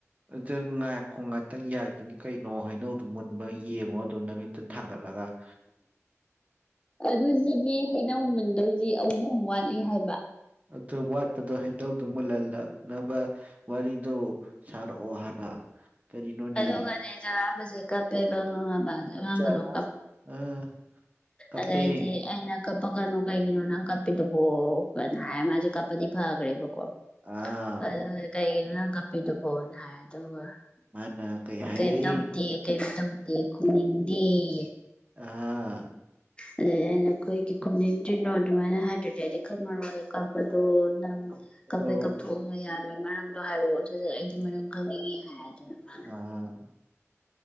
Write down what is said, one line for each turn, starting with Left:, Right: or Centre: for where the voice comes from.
Right: ꯑꯗꯨ ꯉꯥꯏꯀꯣ ꯉꯥꯛꯇꯪ ꯌꯥꯈꯤꯅꯤ ꯀꯩꯅꯣ ꯍꯩꯏꯅꯧꯗꯣ ꯃꯨꯟꯕ ꯌꯦꯡꯉꯣ ꯑꯗꯨ ꯅꯨꯃꯤꯠꯇ ꯊꯥꯡꯒꯠꯂꯒ <inaudible>
Left: ꯑꯗꯨꯁꯤꯗꯤ ꯍꯩꯅꯧꯃꯟꯗꯣꯢꯖꯤ ꯑꯍꯨꯝ ꯋꯥꯠꯂꯤ ꯍꯥꯏꯕ
Right: ꯑꯗꯨ ꯋꯥꯠꯄꯗꯣ ꯍꯩꯅꯩꯗꯣ ꯃꯨꯜꯍꯟꯅꯕ ꯋꯥꯔꯤꯗꯣ ꯁꯥꯔꯛꯑꯣ ꯍꯥꯏꯕ ꯀꯔꯤꯅꯣꯅꯦ
Left: ꯑꯗꯨꯒꯅꯦ ꯆꯥꯂꯝꯕꯁꯦ ꯀꯞꯄꯦꯕ ꯈꯪꯑꯕ ꯆꯥꯂꯝꯕꯗꯣ
Right: ꯑꯆꯥ,
Left: ꯀꯞ
Right: ꯑꯥ ꯀꯞꯄꯦ
Left: ꯑꯗꯩꯗꯤ ꯑꯩꯅ ꯀꯞꯄꯛꯀꯥꯅꯨ ꯀꯩꯒꯤꯅꯣ ꯅꯪ ꯀꯞꯄꯤꯗꯨꯕꯣ ꯀꯥ ꯍꯥꯏ ꯃꯥꯁꯤ ꯀꯥꯞꯄꯥꯗꯤ ꯐꯥꯈ꯭ꯔꯦꯕꯀꯣ
Right: ꯑꯥ
Left: ꯑꯗꯨ ꯀꯩꯒꯤꯅꯣ ꯅꯪ ꯀꯝꯄꯤꯗꯨꯕꯣꯅ ꯍꯥꯏ ꯑꯗꯨꯒ
Right: ꯃꯥꯅ ꯀꯩ ꯍꯥꯏꯔꯛꯏ
Left: ꯀꯩꯌꯝ ꯀꯩꯌꯝ ꯇꯧꯗꯦ ꯈꯨꯝꯅꯤꯡꯗꯦꯌꯦ
Right: ꯑꯥ
Left: ꯑꯗꯨꯗꯩ ꯑꯩꯅ ꯀꯩꯒꯤ ꯈꯨꯝꯅꯤꯡꯗ꯭ꯔꯤꯅꯣ ꯑꯗꯨꯃꯥꯏꯅ ꯍꯥꯏꯗꯔꯗꯤ ꯑꯩꯗꯤ ꯈꯪꯉꯥꯔꯣꯏ ꯑꯗꯣ ꯅꯪ
Right: ꯀꯞꯀꯗꯧ
Left: ꯀꯞꯀꯩ ꯀꯥꯊꯣꯛꯑꯒ ꯌꯥꯔꯣꯏ ꯃꯔꯝꯗꯣ ꯍꯥꯏꯔꯛꯑꯣ ꯁꯠ ꯁꯠ ꯑꯩꯗꯤ ꯃꯔꯝ ꯈꯪꯅꯤꯡꯏ ꯍꯥꯢꯌꯦ ꯑꯗꯨꯒ ꯃꯥꯅ
Right: ꯑꯥ